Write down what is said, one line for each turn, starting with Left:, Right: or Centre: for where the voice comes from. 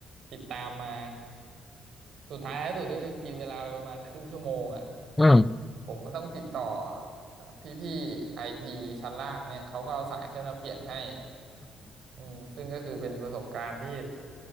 Right: ติดตามมาสุดท้ายท้ายสุดก็คือกินเวลาไปประมาณครึ่งชั่วโมงอ่ะ
Left: อืม
Right: ผมก็ต้องติดต่อเอ่อพี่ๆไอทีชั้นล่างเนี่ยเขาก็เอาสายขึ้นมาเปลี่ยนให้อืมซึ่งก็คือเป็นประสบการณ์ที่